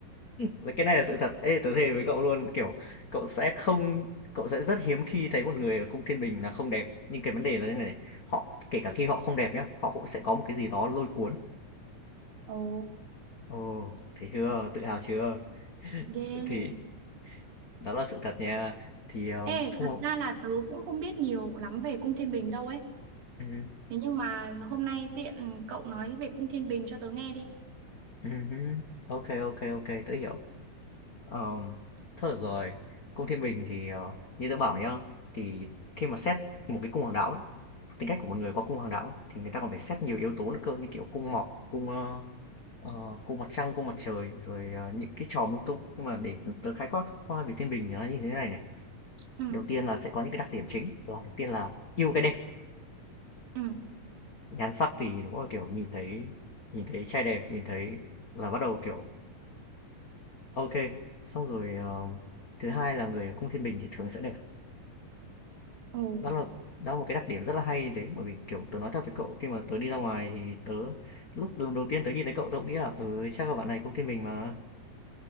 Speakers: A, on the left; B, on the right.
A: Rồi cái này là sự thật. Ê, tớ thề với cậu luôn, kiểu cậu sẽ không cậu sẽ rất hiếm khi thấy một người ở cung thiên bình là không đẹp. Nhưng cái vấn đề là thế này này, họ kể cả khi họ không đẹp nhá, họ cũng sẽ có một cái gì đó lôi cuốn.
B: Ồ,
A: Ồ, thấy chưa? Tự hào chưa? <laughs>
B: ghê.
A: Thì đó là sự thật nha. Thì um,
B: Ê,
A: cũng
B: thật
A: không.
B: ra là tớ cũng không biết nhiều lắm về cung Thiên Bình đâu ấy.
A: Ừ,
B: Thế nhưng mà hôm nay tiện cậu nói về cung Thiên Bình cho tớ nghe đi.
A: ừ, ok ok ok, tớ hiểu. Ờ, thôi được rồi. Cung Thiên Bình thì ờ, như tớ bảo nhá, thì khi mà xét một cái cung hoàng đạo ấy, tính cách của một người qua cung hoàng đạo ấy, thì người ta còn phải xét nhiều yếu tố nữa cơ như kiểu cung mọc, cung ờ, ờ, cung mặt trăng, cung mặt trời, rồi ờ, những cái trò lung tung. Nhưng mà để tớ khái quát qua về Thiên Bình thì nó như thế này này.
B: Ừ.
A: Đầu tiên là sẽ có những cái đặc điểm chính. Là đầu tiên là yêu cái đẹp,
B: ừ
A: nhan sắc thì đúng là kiểu nhìn thấy nhìn thấy trai đẹp, nhìn thấy là bắt đầu kiểu ok. Xong rồi ờ, thứ hai là người ở cung Thiên Bình thì thường sẽ đẹp
B: ừ
A: Đó là đó là một cái đặc điểm rất là hay đấy, bởi vì, kiểu, tớ nói thật với cậu khi mà tớ đi ra ngoài thì tớ lúc lần đầu tiên tớ nhìn thấy cậu tớ cũng nghĩ là "Ừ, chắc là bạn này cũng thiên bình mà."